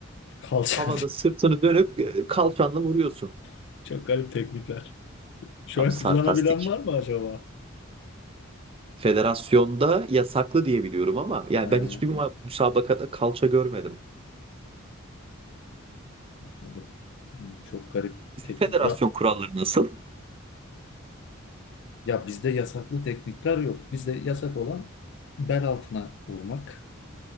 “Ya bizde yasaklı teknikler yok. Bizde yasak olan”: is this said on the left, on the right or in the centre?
Left